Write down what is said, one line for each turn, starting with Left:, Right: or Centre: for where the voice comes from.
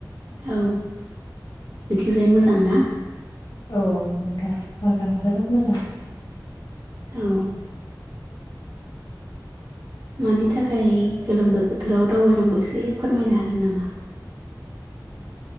Right: औ बिथिंजाय मोजां ना
Left: औ नोंथां मोजां जोबोद मोजां
Right: औ मानि थाखाय गोलोमो बोथोराव दावबायनांगौ एसे फोरमायनो हागोन नामा